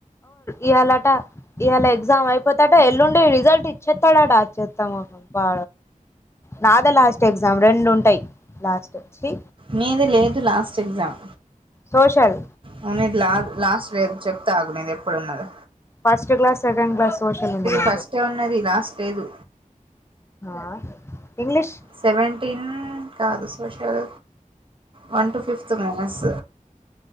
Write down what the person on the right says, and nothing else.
మీది లేదు లాస్ట్ ఎగ్జామ్
వు నది లా లాస్ట్ వేర్ చెప్తా ఆగు ఎప్పుడున్నది
ఫస్టే ఉన్నది లాస్ట్ లేదు
సెవెంటీన్ కాదు social one two fifth maths